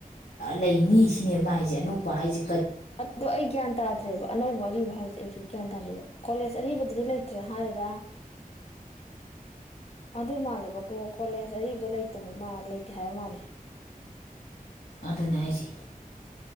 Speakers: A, on the left; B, on the left.
A: ꯂꯩꯅꯤ ꯁꯤꯅꯦꯕ ꯃꯥ ꯍꯥꯏꯖꯦ ꯑꯅꯧꯕ ꯍꯥꯏꯖꯦ
B: ꯑꯗꯨꯗꯣ ꯑꯩ ꯒ꯭ꯌꯥꯟ ꯇꯥꯗ꯭ꯔꯦꯕ ꯑꯅꯧꯕ ꯑꯔꯤꯕ ꯍꯥꯏꯖꯦ ꯑꯩꯖꯨ ꯒ꯭ꯌꯥꯟ ꯇꯥꯗꯦꯕ ꯀꯣꯂꯦꯖ ꯑꯔꯤꯕꯗꯗꯤ ꯂꯩꯇ꯭ꯔꯦ ꯍꯥꯏꯔꯥ ꯑꯗꯨ ꯃꯥꯜꯂꯦꯕ ꯀ꯭ꯂꯣ ꯀꯣꯂꯦꯖ ꯑꯔꯤꯕꯗ ꯂꯩꯇꯕ ꯃꯥꯜ ꯂꯩꯇꯦ ꯍꯥꯏꯕ ꯃꯥꯜꯂꯦ
A: ꯑꯗꯨꯅꯦ ꯍꯥꯏꯖꯤ